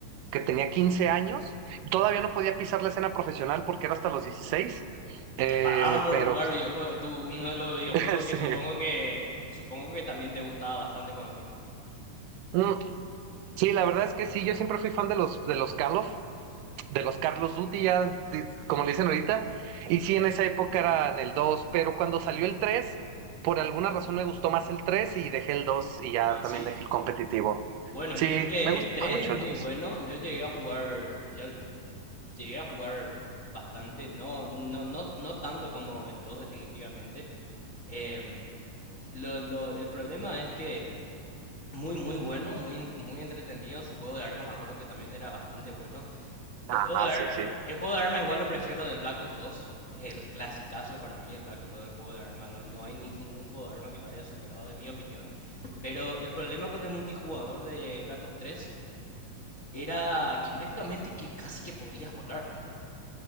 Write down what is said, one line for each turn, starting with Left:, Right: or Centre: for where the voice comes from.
Right: que tenía 15 años, todavía no podía pisar la escena profesional porque era hasta los dieciséis
Left: Y
Right: eh,
Left: te pagaban por
Right: pero
Left: jugar videojuegos. Tú, uno de los videojuegos
Right: <laughs> sí.
Left: que supongo que supongo que también te gustaba bastante como a mí.
Right: Mm, sí, la verdad es que sí, yo siempre fui fan de los, de los Call of- de los Carlos Duty, ya, di- como le dicen ahorita, y sí, en esa época eran el dos pero cuando salió el tres por alguna razón me gustó más el 3 y dejé el dos y ya
Left: Ah,
Right: también
Left: sí.
Right: dejé el competitivo.
Left: Bueno,
Right: Sí,
Left: mira que
Right: me gusta
Left: el 3
Right: mucho
Left: es muy
Right: el dos
Left: bueno. Yo llegué a jugar, ya llegué a jugar bastante, no, no, no, no tanto como el 2 definitivamente. Em, lo- lo- el problema es que Muy, muy bueno, muy, en- muy entretenido. Su juego de armas me acuerdo que también era bastante bueno. El
Right: Ah,
Left: juego de, ar-
Right: sí, sí.
Left: el juego de armas igual lo prefiero del Black Ops 2. Es el clasicazo para mí, el Black Ops 2, el juego de armas. No, no hay <laughs> ningún juego de armas que lo haya superado, en mi opinión. Pero el problema con el multijugador de Black Ops 3 era que prácticamente que casi que podías volar, viejo.